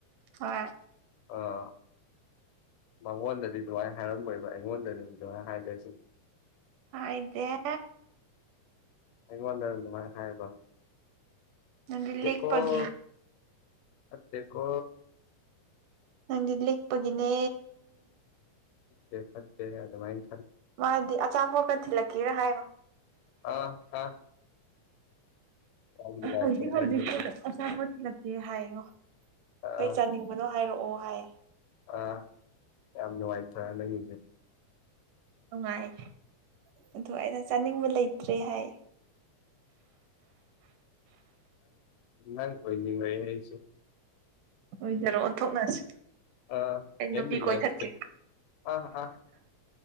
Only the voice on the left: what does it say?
ꯑꯥ꯫ ꯃꯉꯣꯟꯗꯗꯤ ꯑꯗꯨꯃꯥꯏꯅ ꯍꯥꯏꯔꯝꯃꯣꯏꯕ ꯑꯩꯉꯣꯟꯗꯅꯤ ꯑꯗꯨꯃꯥꯏꯅ ꯍꯥꯏꯗꯣꯏꯁ꯫
ꯑꯩꯉꯣꯟꯗꯔ ꯗꯨꯃꯥꯏ ꯍꯥꯏꯕ꯫
ꯐꯠꯇꯦ
ꯀꯣ꯫
ꯐꯠꯇꯦ ꯐꯠꯇꯦ ꯑꯗꯨꯃꯥꯏ꯫
ꯑꯥ ꯑꯥ꯫ ꯌꯥꯝ ꯅꯨꯡꯉꯥꯏꯇ꯭ꯔꯣ
ꯅꯪꯒꯤꯁꯦ
ꯑꯥ
ꯑꯥ ꯌꯥꯝꯅ ꯅꯨꯪꯉꯥꯏꯇꯔ ꯅꯥꯪꯒꯤꯗꯤ꯫
ꯅ ꯀꯣꯏꯅꯤꯉ ꯌꯥꯁꯨ
ꯑꯥ
ꯑꯦꯝ
ꯏꯟ
ꯂꯥꯏꯐꯁꯦ
ꯑꯥ ꯑꯥ